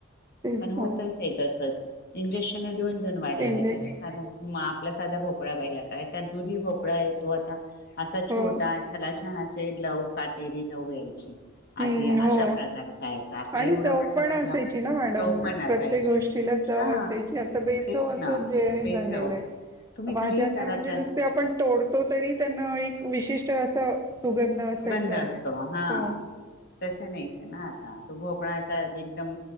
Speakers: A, on the right; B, on the left.
A: तेच
B: पण होतच
A: ना
B: आहे तसच. इंजेक्शनं देऊन जोन वाढयतात
A: इंजेक्शन
B: आता सादा. म आपला सादा भोपळा पाहिला काय सा दुधीभोपळा हे तो आता असा छोटा
A: हो
B: त्याला छान असे लव काटेरी लव यायची.
A: हम्म
B: आतिय
A: हो
B: अशा प्रकार असायचं आता
A: आणि
B: एवढा
A: चव
B: मोठा
A: पण
B: फळला
A: असायची ना मॅडम
B: चव पण
A: प्रत्येक
B: असायची
A: गोष्टीला चव
B: हा
A: असायची आता देही
B: तेच
A: चव असं
B: ना
A: <unintelligible>
B: बेचव
A: झालेलं.
B: तुम्ही
A: भाज्यांना
B: काही करा
A: म्हणजे
B: त्यात
A: नुसते आपण तोडतो तरी त्यांना एक विशिष्ट असं सुगंध असायचा
B: सुगंध असतो हा.
A: हो
B: तसं नाहीच आहे ना आता तो भोपळाचा एकदम